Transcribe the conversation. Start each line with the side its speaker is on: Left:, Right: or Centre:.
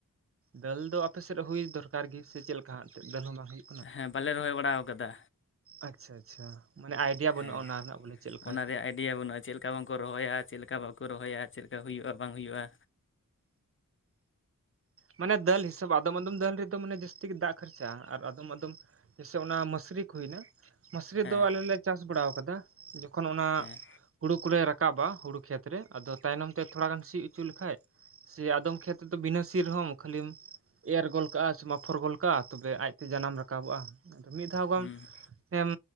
Right: ᱫᱟᱹᱞ ᱫᱚ ᱟᱯᱮᱥᱮᱫ ᱦᱩᱭ ᱫᱚᱨᱠᱟᱨ ᱜᱮ ᱥᱮ ᱪᱮᱫ ᱞᱮᱠᱟ ᱦᱟᱸᱜ ᱫᱟᱹᱞ ᱦᱚᱸ ᱵᱟᱝ ᱦᱩᱭᱩᱜᱼᱟ
Left: ᱦᱮᱸ ᱵᱟᱞᱮ ᱨᱚᱦᱚᱭ ᱵᱟᱲᱟ ᱟᱠᱟᱫᱟ
Right: ᱟᱪᱪᱷᱟ ᱟᱪᱪᱷᱟ ᱢᱟᱱᱮ ᱟᱭᱰᱤᱭᱟ
Left: ᱦᱮᱸ
Right: ᱵᱟᱹᱱᱩᱜᱼᱟ ᱚᱱᱟ ᱨᱮᱱᱟᱜ ᱵᱚᱞᱮ ᱪᱮᱫᱞᱮᱠᱟ
Left: ᱚᱱᱟ ᱨᱮᱭᱟᱜ ᱟᱭᱰᱤᱭᱟ ᱵᱟᱹᱱᱩᱜᱼᱟ ᱪᱮᱫ ᱞᱮᱠᱟ ᱵᱟᱝᱠᱚ ᱨᱚᱦᱚᱭᱟ ᱪᱮᱫ ᱞᱮᱠᱟ ᱵᱟᱠᱚ ᱨᱚᱦᱚᱭᱟ ᱪᱮᱫ ᱞᱮᱠᱟ ᱦᱩᱭᱩᱜᱼᱟ ᱵᱟᱝ ᱦᱩᱭᱩᱜᱼᱟ
Right: ᱢᱟᱱᱮ ᱫᱟᱹᱞ ᱦᱤᱥᱟᱹᱵ ᱟᱫᱚᱢ ᱟᱫᱚᱢ ᱫᱟᱹᱞ ᱨᱮᱫᱚ ᱢᱟᱱᱮ ᱡᱟᱹᱥᱛᱤ ᱜᱮ ᱫᱟᱜ ᱠᱷᱚᱨᱪᱟᱜᱼᱟ ᱟᱨ ᱟᱫᱚᱢ ᱟᱫᱚᱢ ᱡᱮᱭᱥᱮ ᱚᱱᱟ ᱢᱟᱥᱨᱤ ᱠᱚ ᱦᱩᱭᱱᱟ ᱢᱟᱥᱨᱤ
Left: ᱦᱮᱸ
Right: ᱫᱚ ᱟᱞᱮ ᱞᱮ ᱪᱟᱥ ᱵᱟᱲᱟᱣ ᱟᱠᱟᱫᱟ ᱡᱚᱠᱷᱚᱱ ᱚᱱᱟ
Left: ᱦᱮᱸ
Right: ᱦᱩᱲᱩ ᱠᱚᱞᱮ ᱨᱟᱠᱟᱵᱟ ᱦᱩᱲᱩ ᱠᱷᱮᱛ ᱨᱮ ᱟᱫᱚ ᱛᱟᱭᱱᱚᱢ ᱛᱮ ᱛᱷᱚᱲᱟ ᱜᱟᱱ ᱥᱤ ᱚᱪᱚ ᱞᱮᱠᱷᱟᱡ ᱥᱮ ᱟᱫᱚᱢ ᱠᱷᱮᱛ ᱨᱮᱫᱚ ᱵᱤᱱᱟᱹ ᱥᱤ ᱨᱮᱦᱚᱸᱢ ᱠᱷᱟᱹᱞᱤᱢ ᱮᱨ ᱜᱚᱫ ᱠᱟᱜᱼᱟ ᱥᱮ ᱟᱯᱷᱚᱨ ᱜᱚᱫ ᱠᱟᱜᱼᱟ ᱛᱚᱵᱮ ᱟᱡᱛᱮ ᱡᱟᱱᱟᱢ ᱨᱟᱠᱟᱵᱚᱜᱼᱟ ᱢᱤᱫ ᱫᱷᱟᱣ
Left: ᱦᱩᱸ
Right: ᱜᱮᱢ